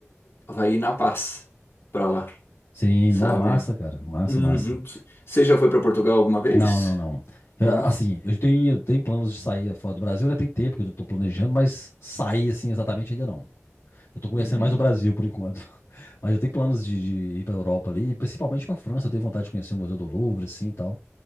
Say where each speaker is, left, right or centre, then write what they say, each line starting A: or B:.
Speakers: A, on the left (about 60°); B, on the left (about 80°).
A: vai ir na paz pra lá,
B: Sim,
A: sabe?
B: não, massa, cara. Massa,
A: Uhum.
B: massa.
A: Você já foi pra Portugal alguma vez?
B: Não, não, não. Eu,
A: Não?
B: assim, eu tenho, eu tenho planos de sair fora do Brasil, né? Tem tempo que eu tô planejando, mas sair assim exatamente ainda não. Eu tô conhecendo
A: Uhum.
B: mais o Brasil por enquanto. <laughs> Mas eu tenho planos de, de ir pra Europa ali, principalmente pra França. Eu tenho vontade de conhecer o Museu do Louvre, assim e tal.